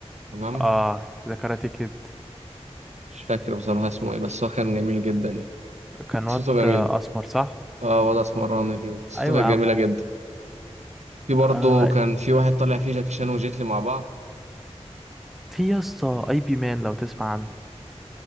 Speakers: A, on the right; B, in the centre.
A: تمام
B: اه ذا كاراتيه كيد
A: مش فاكر بصراحة اسمه ايه بس هو كان جميل جدا يعني
B: كان
A: قصته
B: واد
A: جميلة
B: اسمر صح
A: اه وضع اسمراني كده قصته
B: ايوه
A: كانت
B: يا
A: جميلة
B: عم هو
A: جدا في برضه
B: آه
A: كان في واحد طالع فيه جاكي شان وجيتلي مع بعض
B: في يا اسطى اي بي مان لو تسمع عنه